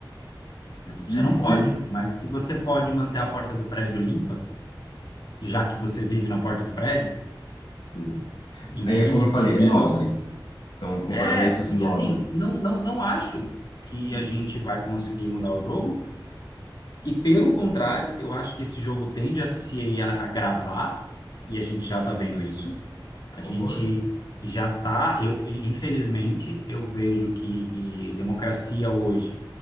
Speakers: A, on the left; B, on the left.
A: Sim,
B: Você não
A: sim,
B: pode, mas se você pode manter a porta do prédio limpa, já que você vive na porta do prédio,
A: sim.
B: entende?
A: Aí, é como eu falei,
B: Pelo menos
A: é nobre. São comportamentos
B: é, porque
A: nobres.
B: assim, não não não acho que
A: Sim.
B: a gente vai conseguir mudar o jogo, e pelo contrário, eu acho que esse jogo tende a se agravar e a gente já está vendo isso. A
A: Concordo.
B: gente já está eu, infelizmente, eu vejo que democracia hoje